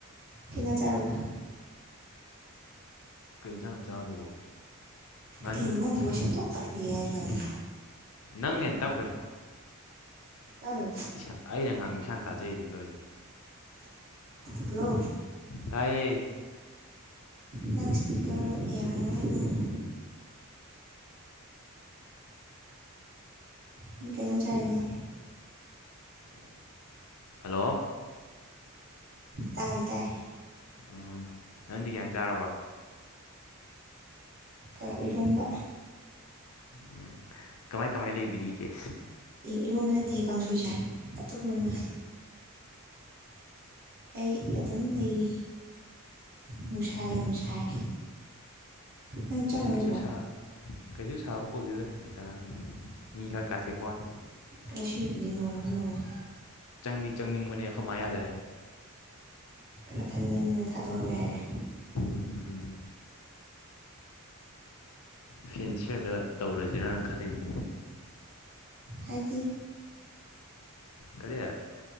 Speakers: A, on the right (about 45°); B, on the left (about 75°).
A: ꯀꯩ ꯏꯟꯖꯥꯡ ꯆꯥꯔꯕ
B: ꯀꯩꯏꯟꯖꯥꯡꯅꯨ ꯆꯥꯕꯗꯨꯕꯣ ꯉꯥꯅꯨ
A: ꯀꯩꯅꯣ
B: ꯊꯣꯡ
A: ꯅꯪ ꯚꯣꯏꯁ
B: ꯆꯥꯏ
A: ꯑꯣꯟꯊꯣꯛ ꯇꯞꯄꯤ ꯍꯥꯏꯁꯨ ꯍꯥꯏꯅꯤ
B: ꯅꯪꯅ ꯍꯦꯟ ꯇꯞꯈ꯭ꯔꯦ
A: ꯇꯥꯗ꯭ꯔꯣ
B: ꯏꯁꯥ ꯑꯩꯅ ꯉꯥꯡꯕ ꯏꯁꯥꯅ ꯇꯥꯖꯩ ꯑꯗꯨꯅꯦ ꯇꯧꯔꯤꯁꯦ
A: ꯍꯜꯂꯣ
B: ꯇꯥꯏꯌꯦ
A: ꯅꯪ ꯏꯁꯄꯤꯀꯔꯗꯣ ꯌꯥꯔꯝꯃꯔꯣꯏ ꯏꯕꯨꯉꯣ ꯅꯪ ꯀꯩꯖꯥꯛ ꯆꯥꯔꯦ ꯅꯪ
B: ꯍꯂꯣ
A: ꯇꯥꯏ ꯇꯥꯏ
B: ꯎꯝ ꯅꯪꯗꯤ ꯒꯩꯖꯥꯛ ꯆꯥꯔꯕ
A: ꯀ ꯏꯔꯣꯡꯕ
B: ꯎꯝ ꯀꯃꯥꯏ ꯀꯃꯥꯏ ꯂꯩꯕꯤꯔꯤꯒꯦ
A: ꯏꯔꯣꯝꯕ ꯅꯠꯇꯤꯌꯦ ꯀꯥꯡꯁꯣꯏ ꯆꯥꯏ ꯀꯇꯨꯀꯔꯟ ꯅꯪ ꯑꯩ ꯑꯗꯨꯝ ꯂꯩꯔꯤ ꯅꯨꯡꯁꯥ
B: ꯎꯝ
A: ꯌꯥꯝ ꯁꯥꯏ ꯅꯪ ꯆꯪꯉꯔꯣꯏꯗ꯭ꯔꯣ
B: ꯀꯩꯁꯨ ꯁꯥ ꯀꯩꯁꯨ ꯁꯥꯕ ꯀꯧꯗꯦꯗ ꯅꯨꯡꯁꯥꯖꯦ ꯃꯤ ꯈꯔ ꯀꯥꯊꯦꯛꯄ꯭ꯋꯥꯅꯤ
A: ꯉꯁꯤꯕꯨꯗꯤ ꯅꯣꯡ ꯈꯔ ꯅꯪꯉꯦ
B: ꯆꯪꯗꯤ ꯆꯪꯅꯤꯡꯕꯅꯦ ꯑꯩꯈꯣꯏ ꯃꯥ ꯌꯥꯗꯦ
A: ꯅꯊꯟꯗꯅꯤꯅ ꯊꯥꯗꯣꯛꯑꯔꯣꯏ ꯍꯥꯏꯔꯦ
B: ꯎꯝ ꯐꯦꯟꯁꯤꯌꯔꯗ ꯇꯧꯔꯁꯤꯔꯅ ꯈꯜꯂꯤꯅꯦ
A: ꯍꯥꯏꯗꯤ
B: ꯀꯔꯤ